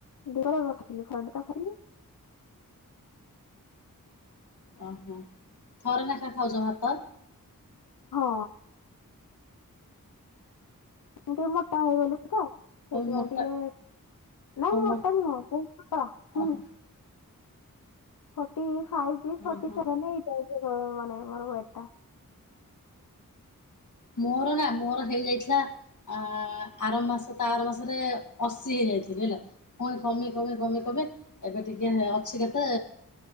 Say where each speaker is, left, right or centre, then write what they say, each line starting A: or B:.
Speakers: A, on the left; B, on the left.
A: ଦେହରେ ରଖଥିଲି ଖରାଠି ତ ଖାଇଲି।
B: ଓହୋ ଥରେ ନେଖା ଖାଉଛ ଭାତ?
A: ହଁ। ମୁଁ ଟିକେ ମୋଟା ହେଇଗଲି ତ, ସେଇଥିପାଇଁ
B: ତମେ ମୋଟା
A: ଟିକେ ନା
B: ତମ
A: ମୁଁ ମୋଟା ନୁହଁ ବହୁତ ପତଳା, ହୁଁ।
B: ଓହୋ
A: ଫଟି ଫାଇଭ
B: ହଁ
A: ଫଟି
B: ହଁ
A: ସେଭେନ ଏଇ ଟାଇପ୍ ର ମାନେ ମୋର ୱେଟ୍ ଟା।
B: ମୋର ନା ମୋର ହେଇଯାଇଥିଲା ଆ ଆର ମାସ ତା ଆର ମାସରେ ଅଶୀ ହେଇଯାଇଥିଲି ହେଲା। ପୁଣି କମି କମି କମି କମି ଏବେ ଟିକେ ଅଛି କେତେ